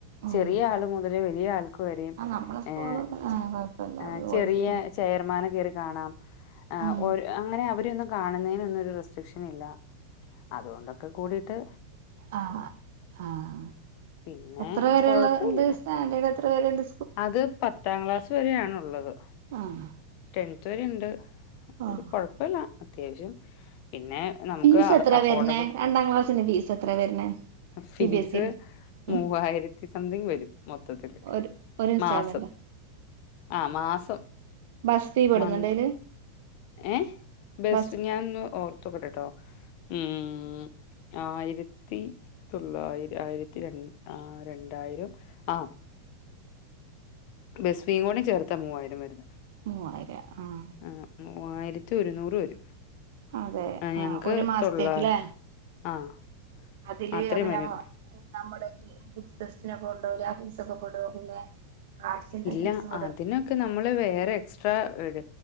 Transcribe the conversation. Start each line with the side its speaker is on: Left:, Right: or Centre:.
Right: ഉം
Left: ചെറിയ ആള് മുതല് വലിയ ആൾക്ക് വരെയും
Right: ആഹ് നമ്മള സ്കൂളും
Left: ഏഹ്
Right: ഏ കൊഴപ്പല്ല ഒരു
Left: ചെറിയ
Right: വോയിസ്ണ്ട്.
Left: ചെയർമാനെ കേറി കാണാം.
Right: ഉം
Left: അഒര് അങ്ങനെ അവരൊന്ന് കാണുന്നതിനൊന്നു ഒരു റെസ്ട്രിക്ഷൻ ഇല്ല. അതോണ്ടൊക്കെ കൂടീട്ട്
Right: ആഹ് ആഹ്
Left: പിന്നെ
Right: എത്ര വരേള്ളണ്ട്?
Left: കൊഴപ്പല്ല
Right: സ്റ്റാൻഡേർഡ് എത്ര വരേണ്ട്?
Left: അത് പത്താം ക്ലാസ്സ് വരെയാണുള്ളത്.
Right: ആഹ്
Left: ടെൻത് വരെണ്ട്.
Right: ആഹ്
Left: ത് കൊഴപ്പല്ല അത്യാവശ്യം. പിന്നെ നമുക്ക്
Right: ഫീസ് എത്ര
Left: അഅഫോർഡബ്ൾ
Right: വരുന്നേ രണ്ടാം ക്ലാസ്സിന് ഫീസ് എത്ര വരുന്നേ
Left: fees
Right: C B S E ല്
Left: മൂവായിരത്തി സംതിങ് വരും മൊത്തത്തില്.
Right: ഒരു ഒരു ഇൻസ്റ്റാൾ്മെൻ്റോ?
Left: മാസം ആഹ് മാസം
Right: ബസ് ഫീ പെടുന്നുണ്ടോ
Left: മൻ
Right: അയില്
Left: ഏഹ് ബെസ്
Right: ബസ്
Left: ഞാൻന്ന് ഓർത്തോക്കെട്ടട്ടോ. ഉം ആയിരത്തി തൊള്ളായിര ആയിരത്തി രണ്ട് ആ രണ്ടായിരം ആഹ് ബെസ് ഫീയും കൂടി ചേർത്ത മൂവായിരം വര്ന്ന്.
Right: മൂവായിരം ആഹ്.
Left: ആഹ് മൂവായിരത്തി ഒരുന്നൂറ് വരും.
Right: അതെ
Left: ഞങ്ങക്ക്
Right: ആഹ് ഒരു മാസത്തേക്ക്ല്ലേ?
Left: തൊള്ള ആഹ്
Right: അതില്
Left: അത്രയും
Right: അപ്പിന്നമ
Left: വരും
Right: ന്നമ്മുടെ ഈ ക്വിസ് ടെസ്റ്റിനൊക്കെ കൊണ്ടോവൂലെ ആഫീസൊക്കെ പെടോ പിന്നെ? ആർട്സിന്റെ
Left: ഇല്ല
Right: ഫീസ് പെടോ
Left: അതിനൊ ക്ക് നമ്മള് വേറെ എക്സ്ട്രാ ഇട്.